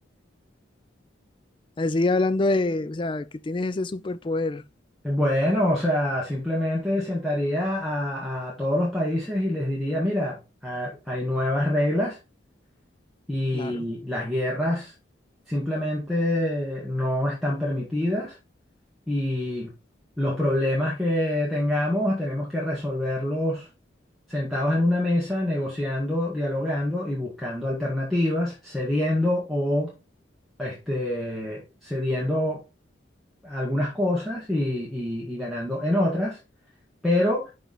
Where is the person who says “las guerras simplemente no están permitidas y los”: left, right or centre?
Centre